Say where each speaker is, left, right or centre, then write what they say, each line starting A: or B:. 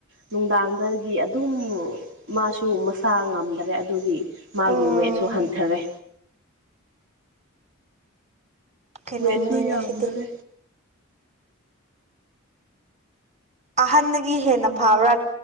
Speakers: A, on the right (about 80°); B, on the right (about 35°).
A: ꯅꯨꯡꯗꯥꯡꯗꯒꯤ ꯑꯗꯨꯝ ꯃꯥꯁꯨ ꯃꯁꯥ ꯉꯝꯗ꯭ꯔꯦ ꯑꯗꯨꯒꯤ ꯃꯥꯒꯤ
B: ꯎꯝ
A: ꯋꯦꯠꯁꯨ ꯍꯟꯊꯔꯦ
B: ꯀꯩꯅꯣꯝꯅꯤꯅꯦ
A: ꯋꯦꯠꯁꯨ ꯌꯥꯝꯗꯔꯦ
B: ꯁꯤꯗꯤ ꯑꯍꯟꯗꯒꯤ ꯍꯦꯟꯅ ꯐꯕ꯭ꯔꯥ